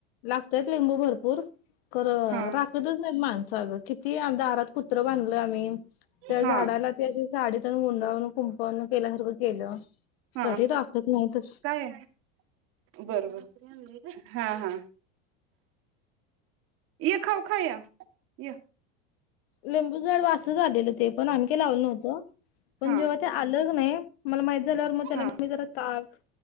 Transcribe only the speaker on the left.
लागत्यात लिंबू भरपूर कर
राख तच नाही माणसा किती दारात कुत्रं बांधल आम्ही त्या
झाडाला ते असं साडीतेन गुंडाळून कुंपन केल्यासारखं केलं
तरी राखत नाहीतच
लिंबू झाड असच आलेलं ते पण आम्ही काय लावलो नव्हतो पण
जेव्हा ते आलग नाही मला माहित झाल्यावर मग त्याला
मी जरा ताक